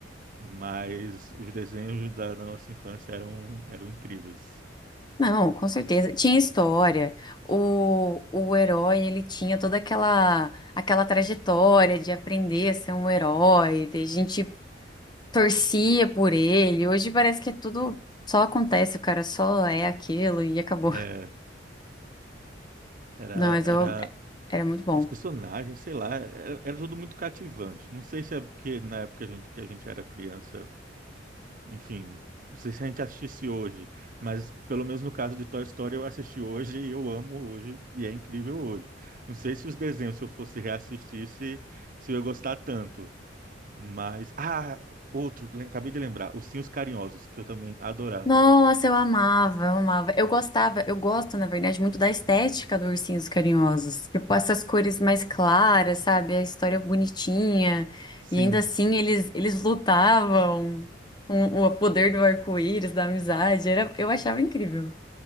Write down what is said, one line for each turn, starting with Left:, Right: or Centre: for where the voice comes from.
Right: mas os desenhos da, da nossa infância eram, eram incríveis.
Left: não, com certeza. Tinha história. O, o herói, ele tinha toda aquela aquela trajetória de aprender a ser um herói. de- A gente torcia por ele. Hoje parece que é tudo só acontece, o cara só é aquilo e acabou.
Right: É, era,
Left: Não, mas
Right: era
Left: eu, era muito bom.
Right: os personagens, sei lá, era, era tudo muito cativante. Não sei se é porque na época a gente, que a gente era criança, enfim, não sei se a gente assistisse hoje, mas pelo menos no caso de Toy Story eu assisti hoje e eu amo hoje e é incrível hoje. Não sei se os desenhos, se eu fosse reassistir, se, se eu ia gostar tanto. Mas, ah, outro, le- acabei de lembrar, Ursinhos Carinhosos, que eu também adorava.
Left: Nossa, eu amava, eu amava. Eu gostava, eu gosto, na verdade, muito da estética do Ursinhos Carinhosos. Tipo, essas cores mais claras, sabe? A história bonitinha.
Right: Sim,
Left: E ainda assim, eles, eles lutavam com o poder do arco-íris, da amizade. Era, eu achava incrível.